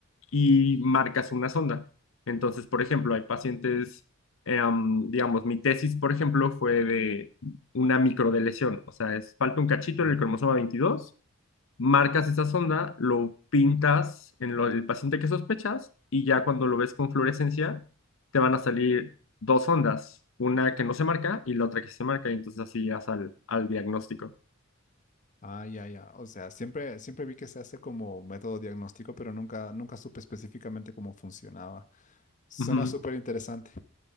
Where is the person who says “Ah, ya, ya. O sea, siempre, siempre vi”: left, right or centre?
Left